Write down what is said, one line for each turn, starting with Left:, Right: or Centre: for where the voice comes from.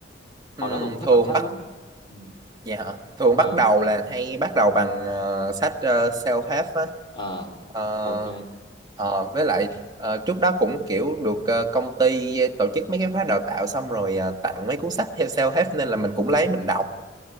Left: Hồi
Right: Ừm,
Left: đó tôi cũng
Right: thường
Left: thích đọc sách
Right: bắt
Left: lắm. Ừ.
Right: dạ hả? thường
Left: Ừ.
Right: bắt đầu là hay bắt đầu bằng ờ, sách ờ, self-help á
Left: À,
Right: Ờ,
Left: ok.
Right: ờ, với lại ờ, trước đó cũng kiểu được ờ, công ty tổ chức mấy cái khóa đào tạo xong rồi ờ, tặng mấy cuốn sách theo self-help nên là mình cũng lấy mình đọc